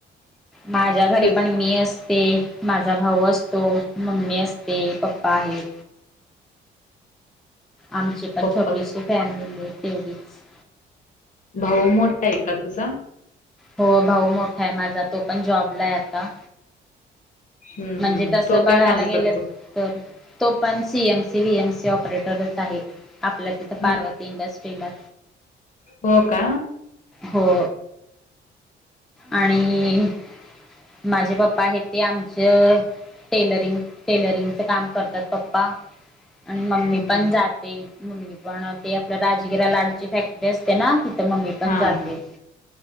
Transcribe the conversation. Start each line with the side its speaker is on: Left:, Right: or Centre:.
Centre: माझ्या घरी
Left: तु
Centre: पण मी ते माझा भाऊ असतो मम्मी असते पप्पा आहेत आमची पण
Left: पप्पा
Centre: छोटीशी फॅमिली तेवढीच
Left: भाऊ मोठा आहे का तुझा
Centre: हो भाऊ मोठा आहे माझा तो पण जॉबला आहे आता
Left: हम्म
Centre: म्हणजे
Left: हम्म
Centre: तस
Left: तो
Centre: बघायला
Left: काय काम
Centre: गेलं
Left: करतो?
Centre: तर तो पण सीएमसी वएमसी ऑपरेटरच आहे आपल्या तिथ
Left: हम्म
Centre: पार्वती इंडस्ट्रीला
Left: हो का
Centre: हो आणि माझे पप्पा आहे ते आमचं टेलरिंग टेलरिंगच काम करतात पप्पा आणि मम्मी
Left: हम्म
Centre: पण जाते मम्मी पण ते आपल्या राजगिरा लाडूची फॅक्टरी असते ते ना तिथं मम्मी पण
Left: हा
Centre: जाते
Left: हा.